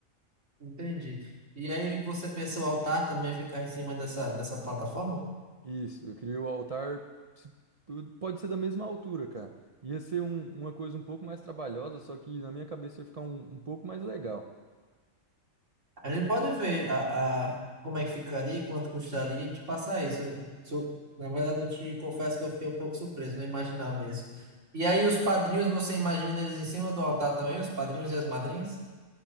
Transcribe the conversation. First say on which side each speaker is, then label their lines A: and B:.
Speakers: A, on the right; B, on the right.
A: Entendi. E aí você pensa o altar também ficar em cima dessa, dessa plataforma?
B: Isso, eu queria o altar, se- pode ser da mesma altura, cara. Ia ser um- uma coisa um pouco mais trabalhosa, só que na minha cabeça ia ficar um, um pouco mais legal.
A: A gente pode ver a, a, como é que ficaria, quanto custaria e te passar isso. Eu- su- na verdade, eu te confesso que eu fiquei um pouco surpreso, não imaginava isso. E aí os padrinhos, você imagina eles em cima do altar também, os padrinhos e as madrinhas?